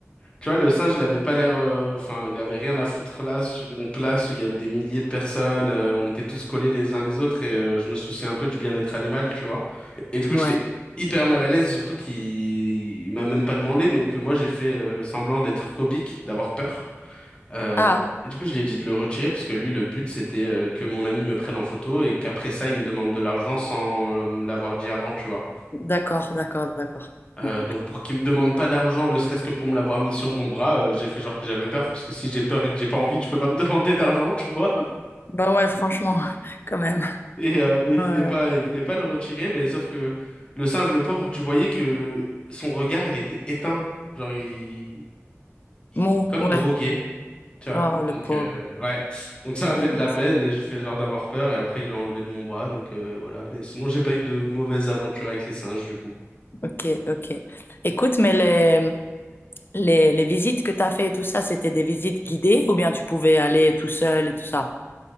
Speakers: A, on the left (about 20°); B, on the left (about 45°).
A: Tu vois, le singe, il avait pas l'air, euh, enfin, il avait rien à foutre là, sur une place où il y avait des milliers de personnes, euh, on était tous collés les uns les autres et euh, je me souciais un peu du bien-être animal, tu vois. Et du coup,
B: Ouais.
A: j'étais hyper mal à l'aise, surtout qu'il il m'a même pas demandé, donc euh, moi, j'ai fait euh, semblant d'être phobique, d'avoir peur. Euh,
B: Ah,
A: et du coup, je lui ai dit de le retirer parce que lui, le but, c'était euh, que mon ami me prenne en photo et qu'après ça, il me demande de l'argent sans euh, me l'avoir dit avant, tu vois.
B: d'accord, d'accord, d'accord.
A: Euh,
B: Ouais.
A: donc pour qu'il me demande pas d'argent, ne serait-ce que pour me l'avoir mis sur mon bras, euh, j'ai fait genre que j'avais peur, parce que si j'ai peur et que j'ai pas envie, tu peux pas me <laughs> demander d'argent, tu vois.
B: Bah ouais, franchement, <laughs> quand même.
A: Et euh, mais il
B: Ouais,
A: voulait
B: ouais.
A: pas, il voulait pas le retirer, mais sauf que le singe, le pauvre, tu voyais que son regard, il était éteint, genre il, il
B: Mou,
A: comme
B: ouais.
A: drogué, tu vois.
B: Oh, le
A: Donc
B: pauvre.
A: euh, ouais, donc ça
B: Hmm.
A: m'a fait de la peine et je fais genre d'avoir peur et après il l'a enlevé de mon bras, donc euh, voilà. Mais sinon j'ai pas eu de mauvaise aventure avec les singes du coup.
B: Ok, ok. Écoute, mais les, les, les visites que tu as fait et tout ça, c'était des visites guidées ou bien tu pouvais aller tout seul et tout ça?